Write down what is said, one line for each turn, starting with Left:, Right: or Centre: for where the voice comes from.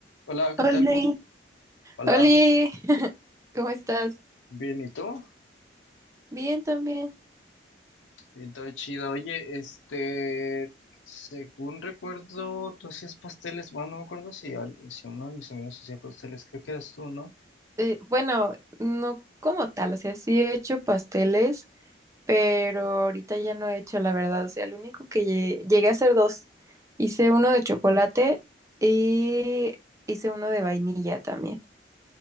Left: Hola, ¿qué
Right: Hola,
Left: tal? ¿Cómo- Hola,
Right: hola, ¿cómo estás?
Left: bien, ¿y tú?
Right: Bien también.
Left: Bien, todo chido. Oye, este, según recuerdo, tú hacías pasteles, bueno, no me acuerdo si, al- si uno de mis amigos hacía pasteles, creo que eras tú, ¿no?
Right: Eh, bueno, no como tal, o sea, sí he hecho pasteles, pero ahorita ya no he hecho, la verdad. O sea, lo único que lle- llegué a hacer dos. Hice uno de chocolate y hice uno de vainilla también.